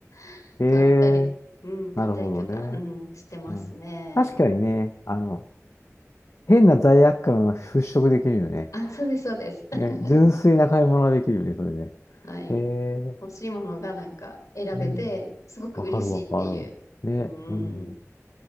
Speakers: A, on the left; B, on the left.
A: <laughs>
B: ええ
A: 買ったり、うん、買ったりとか、
B: なるほどね。
A: うん、してますね。
B: うん。確かにね、あの、変な罪悪感が払拭できるよね。
A: あ、そうです、そうです。<laughs>
B: ね、純粋な買い物ができるよね、それで。
A: はい。
B: へえ、
A: 欲しいものがなんか選べて、
B: うん。
A: すごく嬉しいっていう。
B: わかるわかる。ね、
A: うーん。
B: うん。